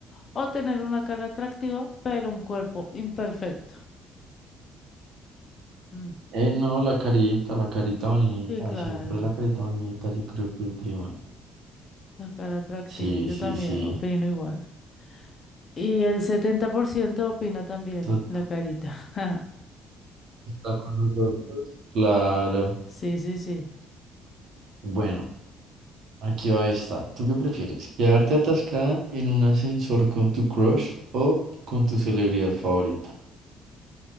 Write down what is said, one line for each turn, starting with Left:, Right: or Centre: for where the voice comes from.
Left: ¿O tener una cara atractiva pero un cuerpo imperfecto? Mm,
Right: Eh, no, la carita, la carita bonita,
Left: Sí, claro,
Right: siempre la carita bonita, yo creo que prima.
Left: la cara atractiva.
Right: Sí,
Left: Yo
Right: sí,
Left: también
Right: sí.
Left: opino igual. Y el 70% opina también
Right: Tú-
Left: la carita. <laughs>
Right: Está con nosotros. Claro.
Left: Sí, sí, sí.
Right: Bueno, aquí va esta. ¿Tú qué prefieres? ¿Quedarte atascada en un ascensor con tu crush o con tu celebridad favorita? <laughs>